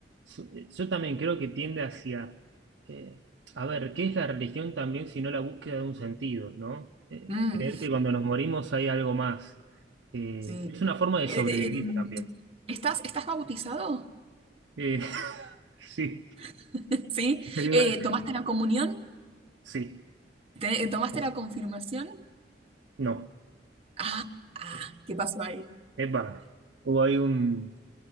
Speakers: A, on the right (about 85°); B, on the right (about 35°).
A: Yo yo también creo que tiende hacia, eh, a ver, ¿qué es la religión también si no la búsqueda de un sentido, ¿no? Eh,
B: mm,
A: creer que cuando nos morimos hay algo más. Eh,
B: sí. Eh,
A: es una forma de sobrevivir
B: eh, em,
A: también.
B: ¿estás, estás bautizado?
A: Eh, <laughs> sí,
B: <laughs> ¿Sí?
A: sería
B: Eh,
A: verdad.
B: ¿tomaste la comunión?
A: sí,
B: ¿Te- eh, ¿tomaste la confirmación?
A: no,
B: Ah, ah, ¿qué pasó ahí?
A: epa, hubo ahí un